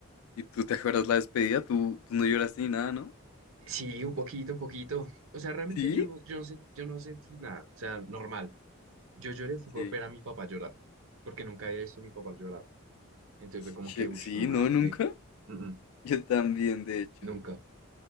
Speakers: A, on the left; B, on the right.
A: ¿Y tú te acuerdas la despedida? ¿Tú, tú no lloraste ni nada, ¿no?
B: Sí, un poquito, un poquito. O sea, realmente
A: ¿Sí?
B: yo no, yo no, sen- yo no sentí nada. O sea, normal. Yo lloré fue por
A: Sí.
B: ver a mi papá llorar, porque nunca había visto a mi papá llorar. Entonces fue como
A: She-
B: que, uy,
A: Sí,
B: mamá,
A: no, nunca.
B: reca.
A: <laughs>
B: Mm, mm,
A: Yo también, de hecho.
B: nunca.